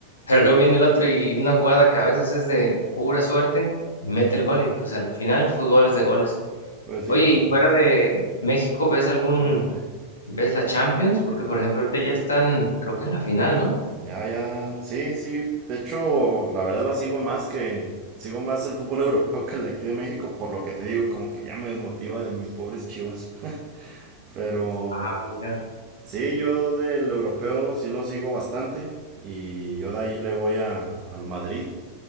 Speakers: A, on the left (about 70°); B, on the right (about 35°).
A: Pero luego viene el otro y una jugada que a veces es de pura suerte y mete el gol y pues al final fútbol es de goles.
B: Pues sí,
A: Oye, y
B: no,
A: fuera de México, ¿ves algún,
B: dígame.
A: ves la Champions? Porque por ejemplo ahorita ya están, creo que en la final, ¿no?
B: ya, ya, sí, sí. De hecho, la verdad la sigo más que, sigo más el fútbol <laughs> europeo que el de aquí de México, por lo que te digo, como que ya me desmotiva de mis pobres chivas. <laughs> Pero...
A: Ah, mira,
B: Sí, yo del europeo sí lo sigo bastante y yo de ahí le voy a, al Madrid